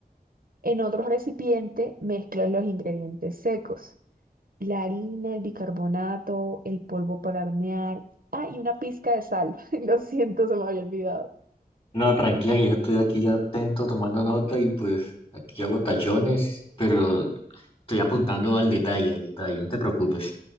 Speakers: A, on the right (about 65°); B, on the left (about 35°).
A: En otro recipiente mezclas los ingredientes secos, la harina, el bicarbonato, el polvo para hornear, ah, y una pizca de sal. <laughs> Lo siento, se me había olvidado.
B: no, tranquila, que yo estoy aquí ya atento tomando nota y pues aquí hago tachones, pero estoy apuntando al detalle, al detalle, no te preocupes.